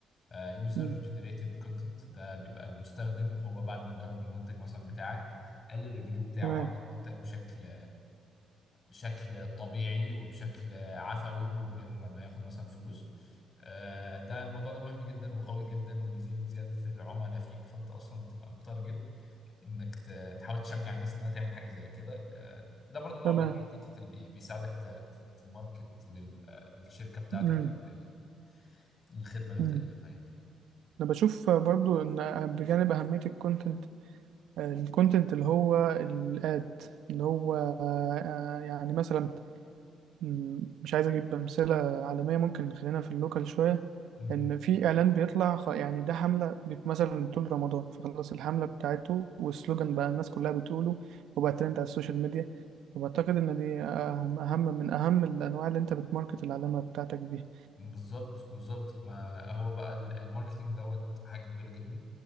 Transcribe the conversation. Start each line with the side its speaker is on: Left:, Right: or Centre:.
Left: يوزر
Right: مم.
Left: جنريتد كونتنت ده بيبقى المستخدم هو بعد ما جرب المنتج مثلا بتاعك قال الريفيو بتاعه
Right: تمام
Left: عن المنتج بشكل بشكل طبيعي وبشكل عفوي من غير ما ياخد مثلا فلوس آه، ده الموضوع ده مهم جدا وقوي جدا وبيزيد زيادة العملاء فيك فانت اصلا تبقى متارجت انك ت- تحاول تشجع الناس انها تعمل حاجة زي كده آه، ده برضو نوع
Right: تمام
Left: من انواع الكونتنت اللي بي- بيساعدك ت- ت- تماركت لل- للشركة بتاعتك
Right: مم.
Left: او لل- للخدمة اللي
Right: مم.
Left: بتقدمها يعني
Right: أنا بشوف برضو إن بجانب أهمية الكونتنت الكونتنت اللي هو الاد اللي هو آه، يعني مثلا مم، مش عايز اجيب امثله عالميه ممكن نخلينا في اللوكال شويه
Left: مم.
Right: ان في اعلان بيطلع خ- يعني ده حمله بت- مثلا طول رمضان فخلاص الحمله بتاعته والسلوجان بقى الناس كلها بتقوله وبقى ترند على السوشيال ميديا وبعتقد ان دي اهم أهم من اهم الانواع اللي انت بتماركت العلامه بتاعتك بيها
Left: بالظبط بالظبط ما هو بقى ال- الماركتينج دوت حاجة كبيرة جدا